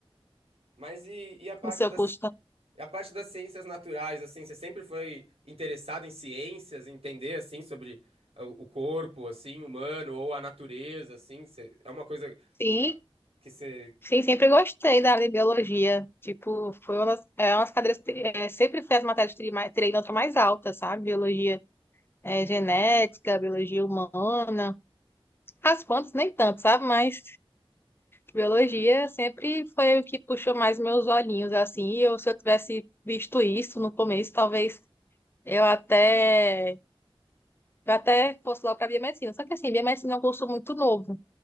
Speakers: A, on the right; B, on the left.
A: Mas e, e a parte
B: no seu
A: das
B: curso. tá?
A: a parte das ciências naturais, assim, você sempre foi interessado em ciências, em entender assim sobre o, o corpo, assim, humano ou a natureza, assim, você- é uma coisa
B: Sim,
A: que você
B: sim, sempre gostei da área de biologia. Tipo, foi uma das, é, uma das cadeiras que é, sempre foi as matérias que tirei mais- tirei nota mais alta, sabe? Biologia é, genética, biologia humana. As plantas nem tanto, sabe? Mas biologia sempre foi o que puxou mais meus olhinhos, assim. E eu, se eu tivesse visto isso no começo, talvez eu até Eu até fosse logo para biomedicina. Só que assim, biomedicina é um curso muito novo.